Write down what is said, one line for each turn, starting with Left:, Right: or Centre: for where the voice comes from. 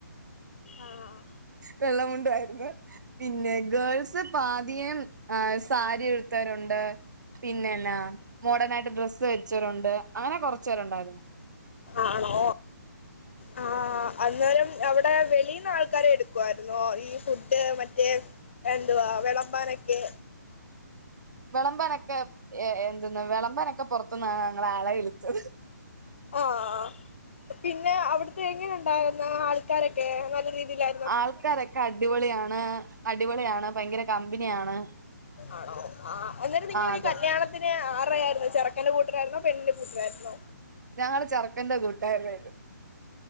Left: ആഹ് ആഹ്
Right: വെള്ളമുണ്ടും ആയിരുന്നു പിന്നെ ഗേൾസ് പാതിയേം ഏഹ് സാരി എടുത്തവരൊണ്ട് പിന്നെന്നാ മോഡേൺ ആയിട്ട് ഡ്രസ്സ് ധരിച്ചവരൊണ്ട് അങ്ങനെ കൊറച്ച് പേരൊണ്ടായിരുന്നു
Left: ആണോ ആഹ് അന്നേരം അവ് ടെ വെളീന്ന് ആൾക്കാരെ എടുക്കുവായിരുന്നോ ഈ ഫുഡ് മറ്റേ എന്തുവാ വെളമ്പാനെക്കെ
Right: വെളമ്പനൊക്കെ എ എന്തുന്ന് വെളമ്പനൊക്കെ പൊറത്തുന്നാ ഞങ്ങള് ആളെ വിളിച്ചത്
Left: ആഹ് ആഹ് പിന്നെ അവിടുത്തെ എങ്ങനെ ഉണ്ടായിരുന്നു ആൾക്കാരൊക്കെ നല്ല രീതിയിലാ
Right: ആൾക്കാരൊക്കെ അടിപൊളിയാണ് അടിപൊളിയാണ് ഭയങ്കര കമ്പനിയാണ്
Left: ആണോ ആഹ് എന്നാലും നിങ്ങളീ
Right: ആ അതെ
Left: കല്യാണ ത്തിന് ആറ്ടേ ആയിരുന്നു ചെറുക്കന്റെ കൂട്ടരാര്ന്നോ പെണ്ണിന്റെ കൂട്ടരാരുന്നോ
Right: ഞങ്ങള് ചെറുക്കന്റെ കൂട്ട്കാരായിരുന്നു